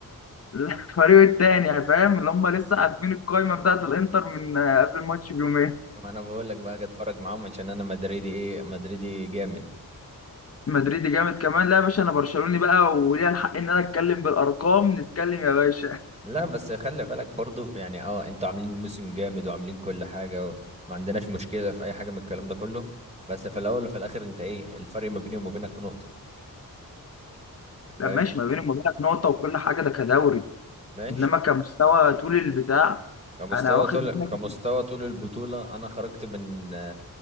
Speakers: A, on the left; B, on the right.
A: <laughs> الفريق التاني يعني فاهم اللي هم لسه عارفين القايمه بتاعت الانتر من آه، قبل الماتش بيومين
B: ما انا بقول لك بقى هاجي اتفرج معاهم عشان انا مدريدي ايه مدريدي جامد
A: مدريد جامد كمان لا يا باشا انا برشلوني بقى وليا الحق ان انا اتكلم بالارقام نتكلم يا باشا
B: لا بس خلي بالك برضو يعني اه انتوا عاملين موسم جامد وعاملين كل حاجة وما عندناش مشكلة في اي حاجة من الكلام ده كله بس في الاول وفي الاخر انت ايه الفرق ما بيني وما بينك نقطة
A: لا
B: فاهم
A: ماشي ما بيني وما بينك نقطه وكل حاجه ده كدوري
B: ماشي
A: انما كمستوى طول البتاع
B: كمستوى
A: انا واخد
B: طول كمستوى
A: منك
B: طول البطولة انا خرجت من